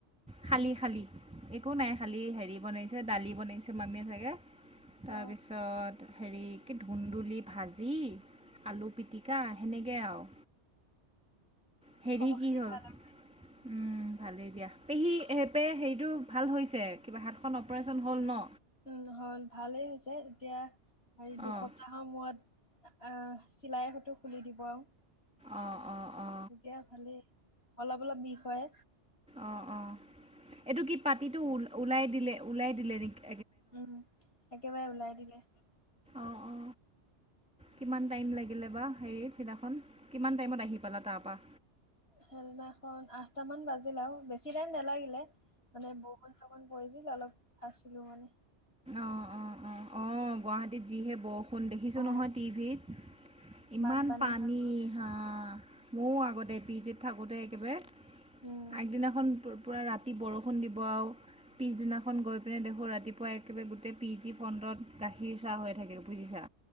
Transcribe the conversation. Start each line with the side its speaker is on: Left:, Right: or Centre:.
Centre: খালি খালি একো নাই খালী হেৰি বনাইছে দালি বনাইছে মামীয়ে চাগে তাৰপিছত
Left: অ
Centre: হেৰি কি ধুন্দুলি ভাজি আলু পিটিকা সেনেকে আও হেৰি
Left: খবৰ
Centre: কি
Left: খাতি
Centre: হ'ল
Left: ভাল
Centre: উম ভালেই দিয়া পেহী হে পে হেৰিটো ভাল হৈছে কিবা হাতখন অপাৰেচন হ'ল ন
Left: উম হল ভালেই হৈছে এতিয়া হেৰি দুসপ্তাহ
Centre: অঁ
Left: সময় আ আ চিলাই সেতো খুলি দিব আৰু
Centre: অ অ অ
Left: এতিয়া খালি অলপ অলপ বিষ হয়
Centre: অ অ এইটো কি পাতিটো ও ওলাই দিলে ওলাই দিলে নিকি
Left: উম একেবাৰে উলাই দিলে
Centre: অ অ কিমান টাইম লাগিলে বা হেৰি সিদিনাখন কিমান টাইমত আহি পালা তাৰপা
Left: সেইদিনাখন আঠটা মান বাজিল আৰু বেছি টাইম নালাগিলে মানে বৰষুণ চৰষুণ পৰি ছিল অলপ ফাছিলো মানে
Centre: অ অ অ অ গুৱাহাটীত যিহে বৰষুণ দেখিছোঁ
Left: অ
Centre: নহয় টিভিত ইমান
Left: বানপানী
Centre: পানী
Left: হৈ গ'ল
Centre: হা ময়ো আগতে পি জিত থাকোঁতে একেবাৰে
Left: উম
Centre: আগদিনাখন পু পূৰা ৰাতি বৰষুণ দিব আও পিছদিনাখন গৈ পিনে দেখোঁ ৰাতিপুৱা এক একেবাৰে গোটেই পি জি ফণ্ডত গাখীৰ চাহ হৈ থাকে বুজিছা